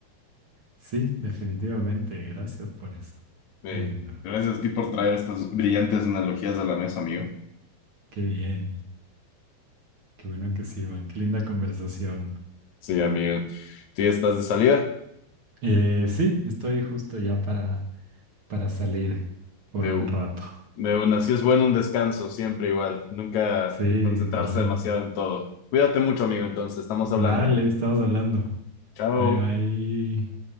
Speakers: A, on the right; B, on the left.
A: Sí, definitivamente. Gracias por eso.
B: Eh,
A: Qué lindo.
B: gracias a ti por traer estas brillantes analogías a la mesa, amigo.
A: Qué bien. Qué bueno que sirvan. Qué linda conversación.
B: Sí, amigo. ¿Tú ya estás de salida?
A: Eh, sí, estoy justo ya para, para salir por
B: De
A: un rato.
B: De una, sí es bueno un descanso, siempre igual. Nunca
A: Sí, de
B: concentrarse
A: ley.
B: demasiado en todo. Cuídate mucho, amigo, entonces, estamos
A: Dale,
B: hablando.
A: estamos hablando.
B: Chao.
A: Bye bye.